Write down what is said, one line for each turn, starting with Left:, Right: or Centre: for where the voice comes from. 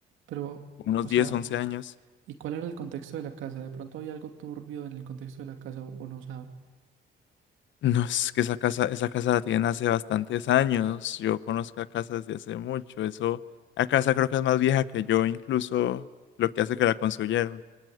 Right: Pero,
Left: como unos
Right: o
Left: diez
Right: sea.
Left: once años.
Right: ¿Y cuál era el contexto de la casa? ¿De pronto había algo turbio en el contexto de la casa o, o no sabe?
Left: No, es que esa casa, esa casa la tienen hace bastantes años. Yo conozco la casa desde hace mucho. Eso, la casa creo que es más vieja que yo, incluso lo que hace que la construyeron.